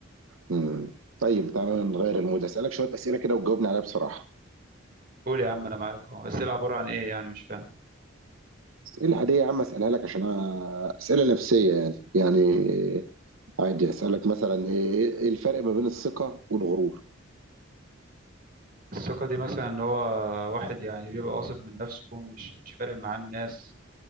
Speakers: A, on the right; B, on the right.
A: مم. طيب تعالى نغير المود اسالك شويه اسئله كده وتجاوبني عليها بصراحه
B: قول يا عم انا معاك اهو الاسئله عباره عن ايه يعني مش فاهم
A: اسئله عاديه يا عم اسالها لك عشان أنا- اسئله نفسيه يعني يعني عادي اسالك مثلا ايه إيه الفرق ما بين الثقه والغرور
B: الثقه دي مثلا ان هو واحد يعني بيبقى واثق من نفسه مش مش فارق معاه الناس